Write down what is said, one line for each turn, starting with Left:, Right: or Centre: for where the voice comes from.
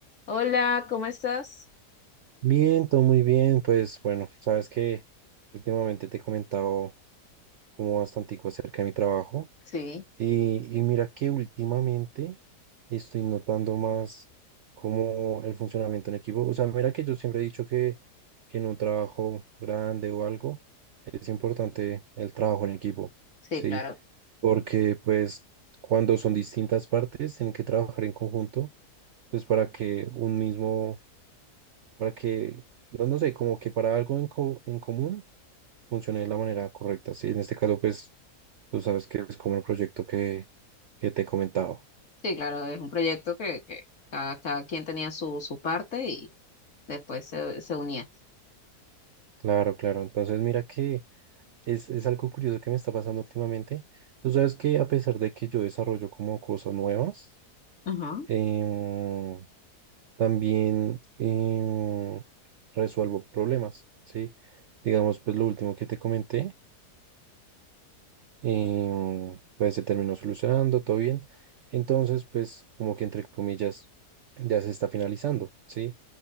Left: Hola, ¿cómo estás?
Right: Bien, todo muy bien. Pues bueno, sabes que últimamente te he comentado como bastantico acerca de mi trabajo
Left: Sí,
Right: y, y mira que últimamente estoy notando más como el funcionamiento en equipo. O sea, mira que yo siempre he dicho que, que en un trabajo grande o algo es importante el trabajo en equipo,
Left: sí,
Right: ¿sí?
Left: claro.
Right: Porque pues cuando son distintas partes tienen que trabajar en conjunto, pues para que un mismo para que, no, no sé, como que para algo en, co- en común funcione de la manera correcta. Sí, en este caso, pues, tú sabes que es como el proyecto que, que te he comentado.
Left: Sí, claro, es un proyecto que, que cada, cada quien tenía su, su parte y después se, se unía.
Right: Claro, claro. Entonces, mira que es, es algo curioso que me está pasando últimamente. Tú sabes que a pesar de que yo desarrollo como cosas nuevas,
Left: Ajá.
Right: em, también em, resuelvo problemas, ¿sí? Digamos, pues lo último que te comenté Y mm, pues se terminó solucionando, todo bien. Entonces, pues como que entre comillas ya se está finalizando, ¿sí?